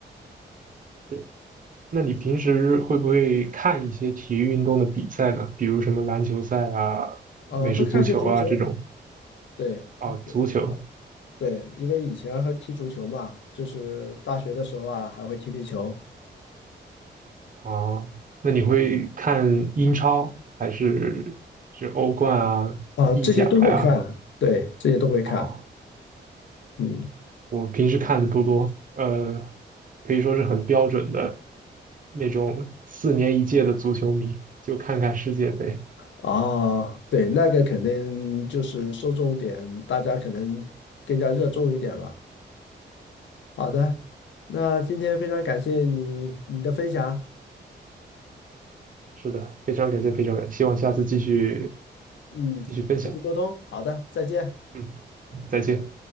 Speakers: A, on the right (about 45°); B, on the left (about 80°).
A: 对，那你平时会不会看一些体育运动的比赛呢？比如什么篮球赛啊、
B: 呃，
A: 美式足球啊这种
B: 会看一些足球，对，
A: 啊，足球
B: 啊，对，因为以前还踢足球嘛，就是大学的时候啊，还会踢踢球
A: 啊，那你会看英超还是是欧冠啊、
B: 啊，
A: 意甲呀？
B: 这些都会看，对，这些都会看，
A: 啊？
B: 嗯，
A: 我平时看的多多，呃，可以说是很标准的那种四年一届的足球迷，就看看世界杯。
B: 啊，对，那个肯定就是受众点，大家可能更加热衷一点吧。好的，那今天非常感谢你你的分享，
A: 是的，非常感谢，非常感谢，希望下次继续
B: 嗯，
A: 继续分享。
B: 继续沟通，好的，再见。
A: 嗯，再见。